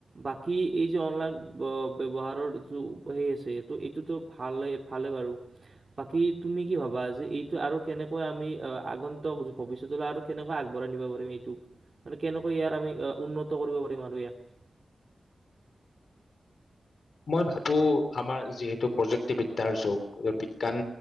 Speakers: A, on the right; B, on the left.
A: বাকী এই যে অনলাইন ব্যৱহাৰৰ যে সে আছে ত' এইটোতো ভালেই ভালে বাৰু বাকী তুমি কি ভাবা যে এইটো আৰু কেনেকৈ আমি আগন্তক ভৱিষ্যতলৈ আৰু কেনেকৈ আগবঢ়াই নিব পাৰিম এইটোক মানে কেনেকৈ ইয়াৰ আমি উন্নত কৰিব পাৰিম আৰু ইয়াক।
B: মই ভাবো আমাৰ যিহেতু প্ৰযুক্তিবিদ্যাৰ যুগ বিজ্ঞান